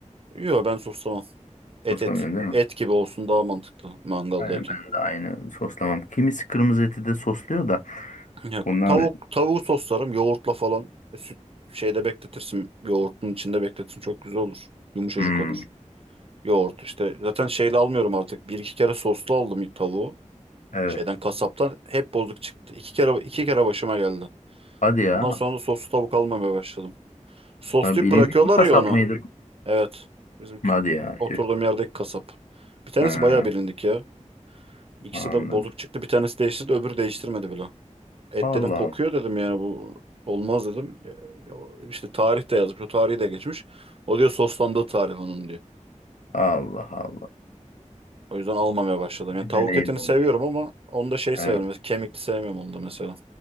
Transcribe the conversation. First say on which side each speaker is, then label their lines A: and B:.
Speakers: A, on the right; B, on the left.
A: Yo ben soslamam. Et
B: Soslamıyorsun
A: et
B: değil mi?
A: et gibi olsun daha mantıklı mangaldayken.
B: Aynen ben de aynı soslamam. Kimisi kırmızı eti de sosluyor da.
A: Yok.
B: Bundan
A: Tavuk,
B: da...
A: tavuğu soslarım yoğurtla falan. E, Süt şeyde bekletirsin. Yoğurtun içinde bekletirsin. Çok güzel olur. Yumuşacık
B: Hmm,
A: olur. Yoğurt işte. Zaten şeyle almıyorum artık. Bir iki kere soslu aldım tavuğu.
B: evet.
A: Şeyden kasaptan hep bozuk çıktı. İki kere iki kere başıma geldi.
B: Hadi ya.
A: Bundan sonra da soslu tavuk almamaya başladım. Soslayıp
B: Ha, Bilindik
A: bırakıyorlar
B: bir kasap
A: ya onu.
B: mıydı?
A: Evet. Bizim kü-
B: Hadi ya.
A: oturduğum
B: Tüh.
A: yerdeki kasap. Bir tanesi
B: Ha,
A: bayağı bilindik ya. İkisi
B: anladım.
A: de bozuk çıktı. Bir tanesi değiştirdi, öbürü değiştirmedi bile. Et
B: Allah
A: dedim
B: Allah.
A: kokuyor dedim yani bu olmaz dedim. E, İşte tarih de yazmış. O tarihi de geçmiş. O diyor soslandığı tarih onun diyor.
B: Allah
A: O yüzden almamaya başladım.
B: Bir
A: Yani tavuk
B: deneyim
A: etini
B: olmuş.
A: seviyorum ama onu da şey
B: Evet.
A: seviyorum. Mesela kemikli sevmiyorum onu da mesela.